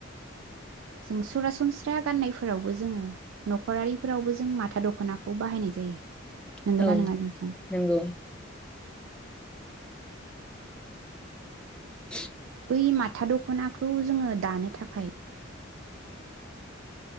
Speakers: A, on the right (about 80°); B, in the centre.
A: जों सरासनस्रा गाननायफोरावबो जोङो नखरारिफोरावबो जों माथा दख'नाखौ बाहायनाय जायो। नोंगोना
B: औ
A: नोङा नोंथां?
B: नंगौ <inaudible>
A: बै माथा दखनाखौ जोङो दानो थाखाय